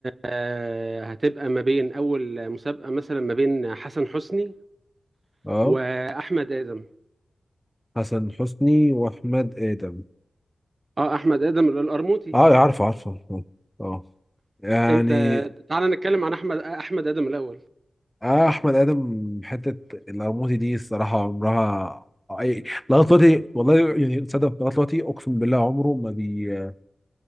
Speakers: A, on the right; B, in the centre.
A: آه هتبقى ما بين اول مسابقة مثلا ما بين حسن حسني
B: اه
A: واحمد ادم
B: حسن حسني واحمد ادم
A: اه احمد ادم القرموطي
B: اه عارفه عارفه اه آه. يعني
A: انت تعال نتكلم عن احمد احمد ادم الاول
B: اه احمد ادم حته القرموطي دي الصراحه عمرها اي لغايه دلوقتي والله يعني تصدق لغايه دلوقتي اقسم بالله عمره ما بي